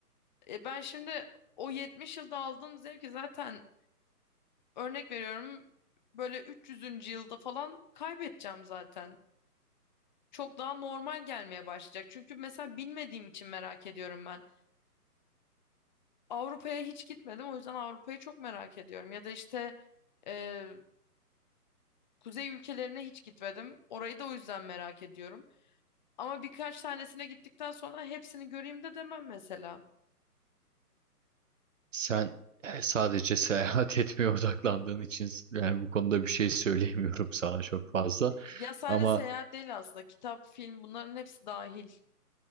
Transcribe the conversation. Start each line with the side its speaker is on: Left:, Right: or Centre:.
Left: E ben şimdi o 70 yılda aldığım zevki zaten örnek veriyorum böyle üç yüzüncü yılda falan kaybedeceğim zaten çok daha normal gelmeye başlayacak. Çünkü mesela bilmediğim için merak ediyorum ben. Avrupa'ya hiç gitmedim, o yüzden Avrupa'yı çok merak ediyorum. Ya da işte e, kuzey ülkelerine hiç gitmedim. Orayı da o yüzden merak ediyorum. Ama birkaç tanesine gittikten sonra hepsini göreyim de demem mesela.
Right: Sen e, sadece seyahat <laughs> etmeye odaklandığın için yani bu konuda bir şey söyleyemiyorum sana çok fazla.
Left: Ya sadece
Right: Ama
Left: seyahat değil aslında. Kitap, film bunların hepsi dahil.